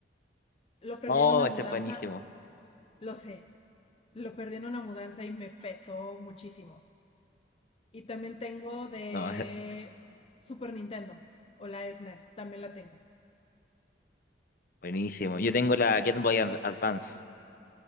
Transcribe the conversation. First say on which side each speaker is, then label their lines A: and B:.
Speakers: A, on the left; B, on the left.
A: Lo perdí
B: Oh,
A: en una
B: ese
A: mudanza,
B: es buenísimo.
A: lo sé, lo perdí en una mudanza y me pesó muchísimo. Y también tengo de
B: No, <laughs> ese es bueno,
A: Super Nintendo o la SNES, también la tengo.
B: buenísimo. Yo tengo la Game Boy Ad- Advance,